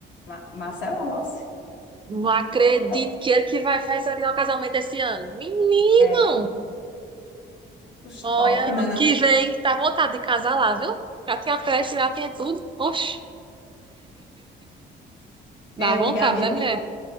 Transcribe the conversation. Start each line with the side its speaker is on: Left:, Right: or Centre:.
Left: Ma- Marcelo Rossi.
Right: Não acredito
Left: É, to...
Right: que ele que vai realizar o casamento esse ano. Menino!
Left: é os
Right: Olha,
Left: top, né,
Right: ano
Left: não?
Right: que vem, dá vontade de casar lá, viu? Já tinha festa, já tinha tudo. Oxe, dá
Left: É, antigamente
Right: vontade, né, mulher?